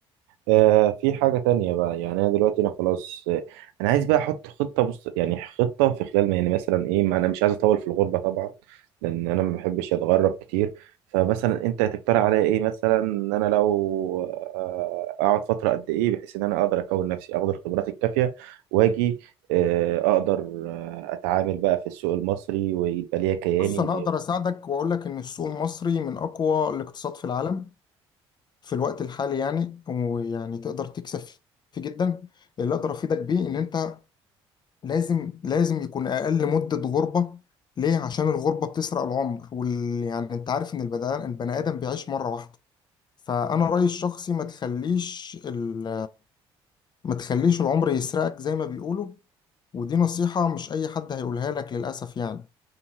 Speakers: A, on the right; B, on the left.
A: آه في حاجة تانية بقى يعني أنا دلوقتي أنا خلاص آه، أنا عايز بقى أحط خطة بص يعني خطة في خلال ما يعني مثلا إيه ما أنا مش عايز أطول في الغربة طبعا لأن أنا ما بحبش أتغرب كتير فمثلا أنت تقترح عليا إيه مثلا إن أنا لو آه، أقعد فترة قد إيه بحيث إن أنا أقدر أكون نفسي أخد الخبرات الكافية وأجي آه، أقدر آه، أتعامل بقى في السوق المصري ويبقى ليا كياني
B: بص انا
A: وليا
B: اقدر اساعدك واقول لك ان السوق المصري من اقوى الاقتصاد في العالم في الوقت الحالي يعني ويعني تقدر تكسب فيه جدا اللي اقدر افيدك بيه ان انت لازم لازم يكون اقل مدة غربة ليه عشان الغربة بتسرق العمر وال... يعني انت عارف ان البني البني ادم بيعيش مرة واحدة فانا رأيي الشخصي ما تخليش ال... ما تخليش العمر يسرقك زي ما بيقولوا ودي نصيحة مش اي حد هيقولها لك للاسف يعني